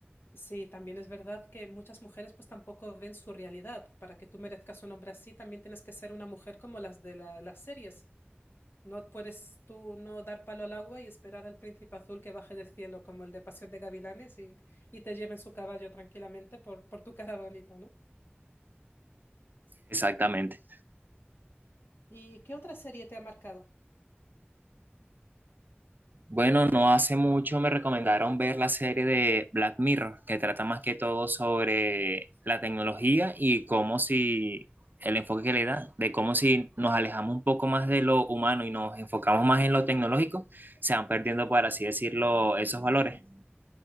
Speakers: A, on the left; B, on the right.
A: Sí, también es verdad que muchas mujeres pues tampoco ven su realidad. Para que tú merezcas un hombre así, también tienes que ser una mujer como las de la- las series. No puedes tú no dar palo al agua y esperar al príncipe azul que baje del cielo como el de Pasión de Gavilanes y, y te lleven su caballo tranquilamente por, por tu cara bonita, ¿no?
B: Exactamente.
A: ¿Y qué otra serie te ha marcado?
B: Bueno, no hace mucho me recomendaron ver la serie de Black Mirror, que trata más que todo sobre la tecnología y cómo si el enfoque que le da, de cómo si nos alejamos un poco más de lo humano y nos enfocamos más en lo tecnológico, se van perdiendo, por así decirlo, esos valores.